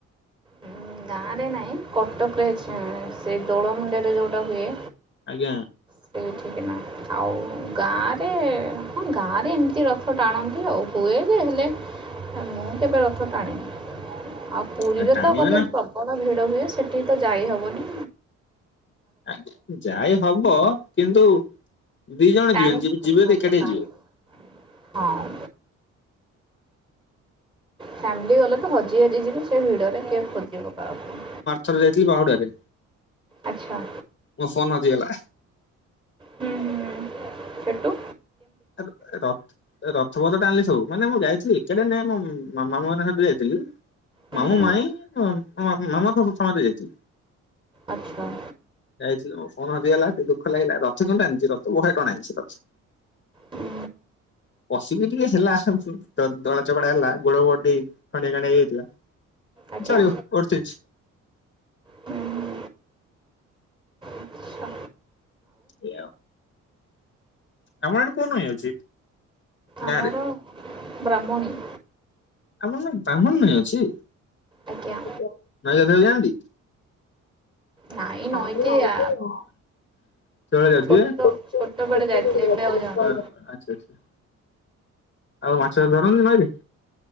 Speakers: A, on the right; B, on the left.
A: ଉଁ, ଗାଁରେ ନାହିଁ, କଟକରେ ସେ ଦୋଳ ମୁଣ୍ଡେଇ ରେ ଯୋଉଟା ହୁଏ
B: ଆଜ୍ଞା।
A: ସେଇଠିକି ନା, ଆଉ ଗାଁରେ ହଁ ଗାଁରେ ଏମିତି ର ରଥ ଟାଣନ୍ତି ଆଉ, ହୁଏ ଯେ ହେଲେ ମୁଁ କେବେ ରଥ ଟାଣିନି ଆଉ। ପୁରୀରେ
B: ଆ ଟାଣିବେ
A: ତ ଗଲେ
B: ନା
A: ପ୍ରବଳ ଭିଡ ହୁଏ। ସେଠି ତ ଯାଇ ହବନି।
B: ଆଜ୍ଞା। ଯାାଇ ହବ କିନ୍ତୁ ଦି ଜଣ
A: ଟାଣି
B: ଯିବେ ନି ଜି-ଯିବେ
A: ହେବନି ରଥ
B: ଏକାଠି
A: ଟାଣି
B: ଯିବେ।
A: ହଁ। ଫ୍ୟାମିଲି ଗଲେ ତ ହଜି ହାଜି ଯିବେ। ସେ ଭିଡ଼ରେ କିଏ ଖୋଜିବ କାହାକୁ।
B: ଥରେ ଯାଇଥିଲି ବାହୁଡାରେ।
A: ଆଚ୍ଛା।
B: ମୋ ଫୋନ୍ ହଜିଗଲା।
A: ହୁଁ ହୁଁ ହ ସେଟୁ?
B: ର ରଥପଥ ଟା ଆଣିଲି ସବୁ। ମାନେ ମୁଁ ଯାଇଥିଲି ଏକାଟେ ନାଇଁ ମୋ ମାମା ମାମ ମାନଙ୍କ ସହିତ ଯାଇଥିଲି।
A: ହୁଁ
B: ମାମୁଁ,
A: ହୁଁ
B: ମାଇଁ ମାମା ସବୁ ସମସ୍ତେ ଯାଇ ଥିଲେ।
A: ଆଚ୍ଛା।
B: ଯାଇଥିଲି ମୋ ଫୋନ ହଜିଗଲା ଟିକେ ଦୁଃଖ ଲାଗିଲା। ରଥ କନ୍ତୁ ଟାଣିଛି, ରଥ ବଢିଆ ଟଣା ହେଇଛି, ରଥ।
A: ହୁଁ
B: ପଶିକି ଟିକେ ହେଲା ଦ-ଦଳାଚକଡା ହେଲା ଗୋଡ ଫୋଡ ଟିକେ ଖଣ୍ଡିଡିଆ ଖାଁଣ୍ଡିଆ ହେଇଯାଇଥିଲା।
A: ଆଜ୍ଞା
B: ଚଳିବ ଓ ତିରିଶ।
A: ହୁଁ ହୁଁ ଆଚ୍ଛା
B: ଏ ଆଉ। ଆମ ଆଡ଼େ କୋଉ ନଇ ଅଛି
A: ଆମର
B: ଗାଁରେ?
A: ବ୍ରାହ୍ମଣୀ।
B: ଆମର ସେଠି ବ୍ରାହ୍ମଣି ନଇ ଅଛି?
A: ଆଜ୍ଞା
B: ନଈ କୁ ଗାଧେଇ ଯାଆନ୍ତି?
A: ନାଇଁ ନଈକି
B: ନା ମୁଁ ନଇକି
A: ଆ
B: ଯାଏ ନି। ଚଳ ଯାଉ
A: ଛୋଟ
B: ଥିବେ?
A: ଛୋଟବେଳେ ଯାଇଥିଲେ ଏବେ
B: <inaudible>
A: ଆଉ ଯାଉନି
B: ଆଛା ଆଛା। ଆଉ ମାଛ ଧରନ୍ତିି ନଇରେ?